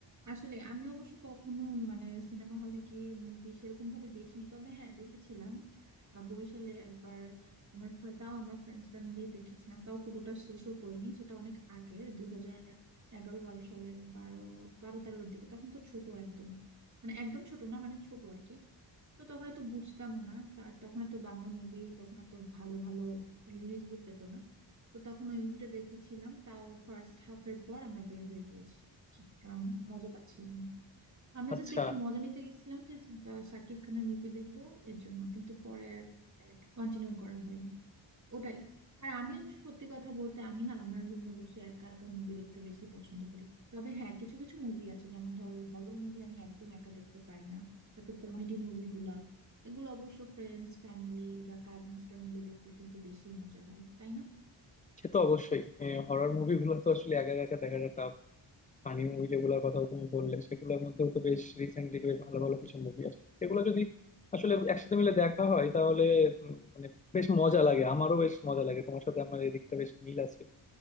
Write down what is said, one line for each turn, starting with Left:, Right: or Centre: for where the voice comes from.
Right: আসলে আমি অবশ্য কখনো মানে সিনেমা হলে গিয়ে মুভি সেরকম ভাবে দেখিনি তবে হ্যাঁ দেখেছিলাম আহ, বরিশালে একবার আমার ফ্র- তাও আমার ফ্রেন্ডসরা মিলে দেখেছিলাম তাও পুরোটা শেষও করিনি সেটা অনেক আগের দুই হাজার এগারো বারো সালের বারো বারো তেরোর দিকে তখন তো ছোট একদম মানে একদম ছোট না মানে ছোট আর কি তো তখন এত বুঝতামও না তার তখন এত বাংলা মুভি তখন এত ভালো ভালো রিলিজও পেতো না তো তখন ওই মুভিটা দেখেছিলাম তাও ফার্স্ট হাফ এর পর আমরা বের হয়ে গিয়েছি কারণ মজা পাচ্ছিলাম না আমরা
Left: আচ্ছা
Right: জাস্ট একটু মজা নিতে গেছিলাম যে আহ, শাকিব খানের মুভি দেখবো এর জন্য কিন্তু পরে কন্টিনিউ করা হয়নি ওটাই আর আমি অবশ্য সত্যি কথা বলতে আমি না আমার রুমে বসে একা একা মুভি দেখতে বেশি পছন্দ করি তবে হ্যাঁ কিছু কিছু মুভি আছে যেমন ধরো হরর মুভি আমি একদম একা দেখতে পারি না তারপর কমেডি মুভিগুলা এগুলো অবশ্য ফ্রেন্ডস ফ্যামিলি বা কাজিনসরা মিলে দেখলে কিন্তু বেশি মজা হয় তাই না
Left: সে তো অবশ্যই হরর মুভিগুলো তো আসলে একা একা দেখাটা ফানি মুভি যেগুলোর কথা তুমি বললে সেগুলোর মধ্যেও তো বেশ রিসেন্টলি বেশ ভালো ভালো কিছু মুভি আসছে সেগুলো যদি আসলে একসাথে মিলে দেখা হয় তাহলে উম, মানে বেশ মজা লাগে আমারও বেশ মজা লাগে তোমার সাথে আমার এদিকটা বেশ মিল আছে